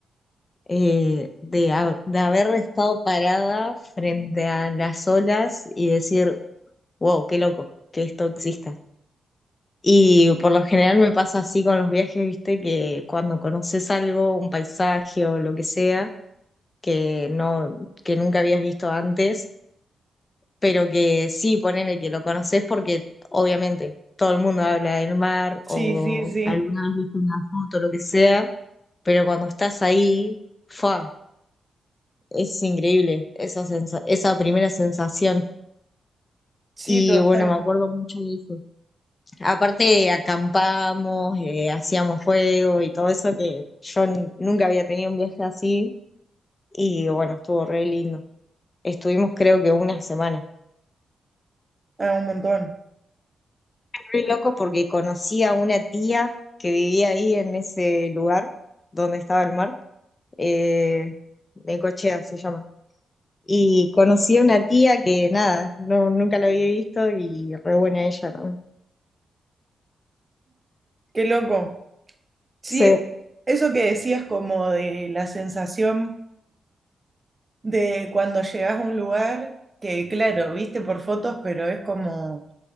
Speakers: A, on the left; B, on the right.
A: eh, de, ha- de haber estado parada frente a las olas y decir, wow, qué loco que esto exista. Y por lo general me pasa así con los viajes, ¿viste? Que cuando conoces algo, un paisaje o lo que sea, que no, que nunca habías visto antes pero que sí, ponele que lo conoces porque obviamente todo el mundo habla del mar o
B: Sí, sí, sí.
A: alguna vez viste una foto, lo que sea, pero cuando estás ahí, fa, es increíble esa sensa- esa primera sensación.
B: Sí,
A: Y
B: total.
A: bueno, me acuerdo mucho de eso. Aparte, acampamos, eh, hacíamos fuego y todo eso que yo n- nunca había tenido un viaje así y bueno, estuvo re lindo. Estuvimos creo que una semana.
B: Ah, un montón.
A: re loco porque conocí a una tía que vivía ahí en ese lugar donde estaba el mar, eh, Necochea se llama. Y conocí a una tía que nada, no, nunca la había visto y re buena ella también.
B: Qué loco. Sí,
A: Sí.
B: eso que decías como de la sensación de cuando llegas a un lugar, que claro, viste por fotos, pero es como